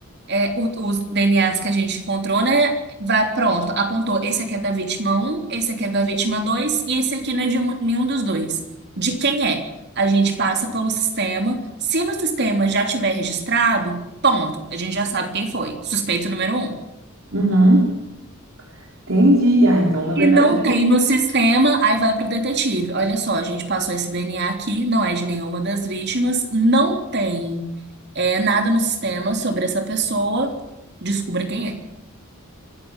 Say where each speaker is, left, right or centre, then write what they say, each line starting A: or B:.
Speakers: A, on the right; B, on the right.
A: é, o- os DNAs que a gente encontrou, né? Vai, pronto, apontou. Esse aqui é da vítima um, esse aqui é da vítima 2 e esse aqui não é de um- nenhum dos dois. De quem é? A gente passa pelo sistema. Se no sistema já tiver registrado, ponto. A gente já sabe quem foi. Suspeito número um.
B: Uhum. Entendi. Ah, então, na verdade,
A: E não
B: tem.
A: tem no sistema, aí vai pro detetive. Olha só, a gente passou esse DNA aqui, não é de nenhuma das vítimas, não tem é, nada no sistema sobre essa pessoa, descubra quem é.